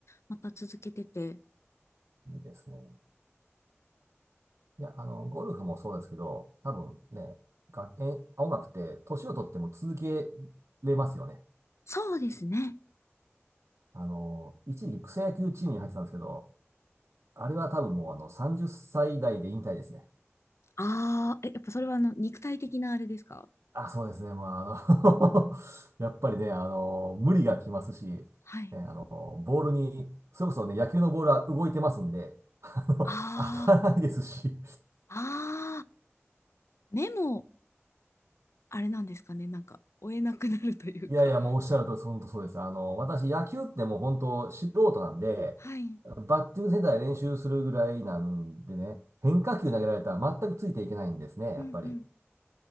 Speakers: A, on the left; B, on the right.
A: また続けてて。
B: いいですね。いや、あの、ゴルフもそうですけど、多分ね、が、え、音楽って年を取っても続けれますよね。
A: そうですね。
B: あの、一時期草野球チームに入ってたんですけど、あれは多分もうあの30歳代で引退ですね。
A: ああ、え、やっぱそれはあの、肉体的なあれですか
B: あ、そうですね。まあ、あの <laughs> やっぱりね、あの、無理がきますし、ね、
A: はい。
B: あの、ボールに、それこそね、野球のボールは動いてますんで、あの、
A: あ
B: 当たらないですし。
A: あ、ああ、目も、あれなんですかね、なんか、追えなくなるというか。
B: いやいや、もうおっしゃる通り、本当そうです。あの、私、野球ってもう本当素人なんで、
A: はい。
B: バッティングセンターで練習するぐらいなんでね、変化球投げられたら全くついていけないんですね、やっぱり。
A: うんうん。